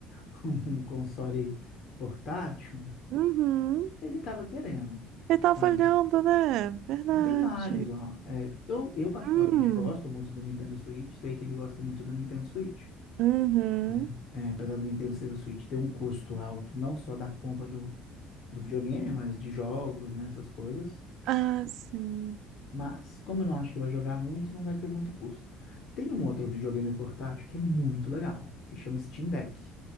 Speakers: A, on the left (about 55°); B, on the right (about 70°).
A: <laughs> um console portátil,
B: uhum.
A: ele estava querendo,
B: Ele tava
A: sabe?
B: olhando, né? Verdade.
A: E tem vários, ó. É, eu, eu particularmente
B: Hum.
A: gosto muito do Nintendo Switch, sei que ele gosta muito do Nintendo Switch.
B: Uhum.
A: né? É, apesar do Nintendo ser o Switch ter um custo alto, não só da compra do, do videogame, mas de jogos, né, essas coisas.
B: Ah, sim.
A: Mas, como eu não acho que vai jogar muito, não vai ter muito custo. Tem um outro videogame portátil que é muito legal, que chama Steam Deck.